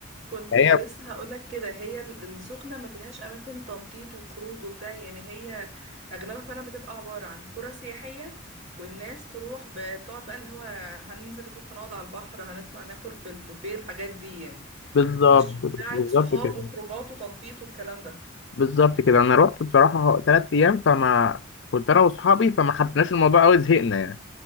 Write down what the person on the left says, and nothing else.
هي
بالظبط
بالظبط
كده
بالظبط كده أنا رحت بصراحة تلات أيام فما كنت أنا وأصحابي فما حبيناش الموضوع أوي زهقنا يعني